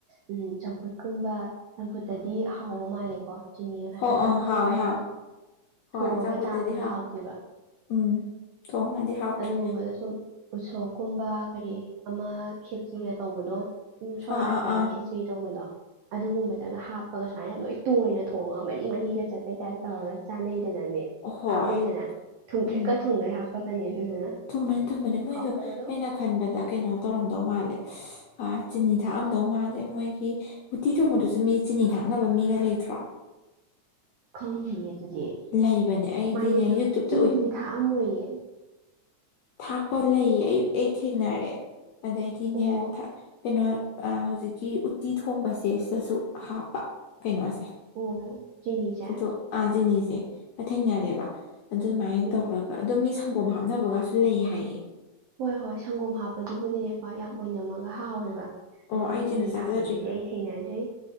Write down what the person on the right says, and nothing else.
ꯎꯝ ꯆꯝꯐꯨꯠꯀꯨꯝꯕ ꯆꯝꯐꯨꯠꯇꯗꯤ ꯑꯍꯥꯎꯕ ꯃꯥꯜꯂꯦꯀꯣ ꯆꯤꯅꯤꯒ ꯈꯛꯇꯪ
ꯊꯥꯞꯆꯟꯈ꯭ꯔꯒ
ꯊꯣꯡꯉꯒ
ꯆꯥꯕꯗꯤ
ꯍꯥꯎꯇꯦꯕ
ꯑꯗꯨꯒꯨꯝꯕꯗ ꯁꯨꯝ ꯎꯁꯣꯛꯀꯨꯝꯕ ꯀꯔꯤ ꯑꯃ ꯈꯦꯠꯆꯤꯢ ꯇꯧꯕꯗꯣ ꯁꯣꯔꯥꯠꯇꯔꯥ
ꯈꯦꯠꯆ ꯀꯩ ꯇꯧꯕꯗꯣ ꯑꯗꯨꯒꯨꯝꯕꯗꯒ ꯍꯥꯞꯄꯒ ꯁꯨꯃꯥꯏꯅ ꯌꯥꯝ ꯂꯣꯏ ꯇꯣꯏꯅ ꯊꯣꯡꯉꯒ ꯃꯔꯤ ꯃꯔꯤꯒ ꯆꯠꯄꯩ ꯇꯥꯏꯞ ꯇꯧꯔꯒ ꯆꯥꯟꯅꯩꯗꯅꯅꯦ
ꯍꯥꯞꯅꯩꯗꯅ ꯊꯨꯝꯗ꯭ꯔꯤꯛꯀ
ꯊꯨꯝꯒꯩ ꯍꯥꯞꯄꯀꯅꯤ ꯑꯗꯨꯗꯨꯅ
ꯍꯥꯎꯇꯕꯗꯣ
ꯈꯪꯗꯌꯦ ꯑꯗꯨꯗꯤ
ꯃꯥꯢꯌꯦꯟꯗꯣ
ꯆꯤꯅꯤꯗꯤ
ꯊꯥꯛ ꯑꯃꯣꯏꯌꯦ
ꯑꯣ
ꯑꯣ ꯆꯤꯅꯤꯖꯦ
ꯎꯝ
ꯍꯣꯏ ꯍꯣꯏ ꯁꯪꯒꯣꯝ ꯍꯥꯞꯄꯗꯨꯕꯨꯗꯤꯅꯦꯀꯣ ꯌꯥꯝ ꯑꯣꯏꯅꯝꯃꯒ ꯍꯥꯎꯋꯦꯕ
ꯑꯗꯨꯒ
ꯆꯤꯅꯤ
ꯍꯥꯞꯄꯗꯨꯗꯤ ꯑꯩ ꯊꯦꯡꯅꯗ꯭ꯔꯤ